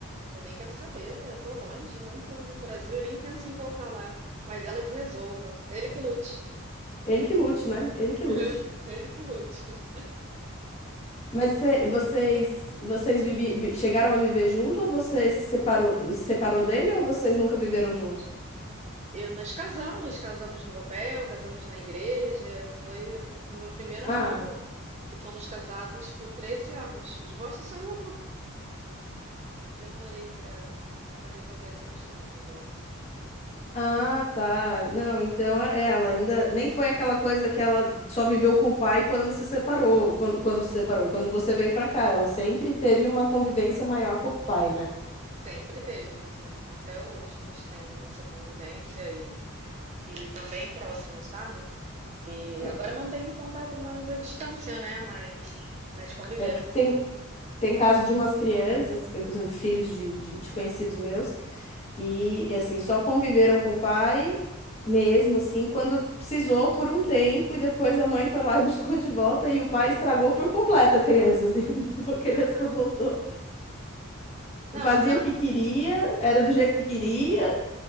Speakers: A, on the right (about 30°); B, on the left (about 30°).
A: Eu nem quero saber, eu tô longe, eu não tô no Brasil e nem penso em voltar lá. O pai dela que resolva, ele que lute.
B: Ele que lute, né? Ele que
A: <laughs>
B: lute.
A: Ele que lute.
B: Mas cê-
A: Mas
B: vocês vocês vivi- vi- chegaram a viver junto ou você se separou, se separou dele ou vocês nunca viveram junto?
A: eu, nós casamos, casamos no papel, casamos na igreja, foi o meu primeiro
B: Ah.
A: namoro e fomos casados por 13 anos. O divórcio saiu há pouco. Demorei para para resolver essa questão do divórcio.
B: Ah, tá. Não, então é- é, ela ainda nem foi aquela coisa que ela só viveu com o pai quando se separou, quando, quando se separou, quando você veio pra cá, ela sempre teve uma convivência maior com o pai, né?
A: Sempre teve, sim. Até hoje eles têm essa convivência e, e tão bem próximos, sabe? E
B: É,
A: agora mantém contato mais à distância, né? Mas, mas conviveram.
B: é porque
A: sim.
B: tem tem caso de umas crianças, por exemplo, filhos de, de, de conhecidos meus, que e assim só conviveram com o pai mesmo assim quando precisou por um tempo e depois a mãe foi lá e <laughs> buscou de volta e o pai estragou por completo a criança, assim, <laughs> a criança
A: Ah, não.
B: voltou
A: Não,
B: fazia
A: mas ela,
B: o que queria, era do jeito que queria,